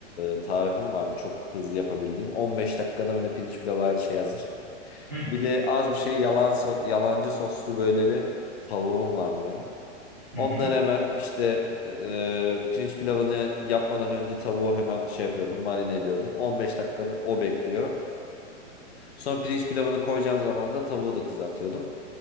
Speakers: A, on the left; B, on the right.
A: e, tarifim vardı. Çok hızlı yapabildiğim. 15 dakikada böyle pirinç pilavı her şey hazır.
B: Hı
A: Bir de az bir şey yalan so- yalancı soslu böyle bir tavuğum vardı benim. Onları
B: hı hı.
A: hemen işte e, pirinç pilavını yapmadan önce tavuğu hemen şey yapıyordum, marine ediyordum. 15 dakikada o bekliyor. Sonra pirinç pilavını koyacağım zaman da tavuğu da kızartıyordum.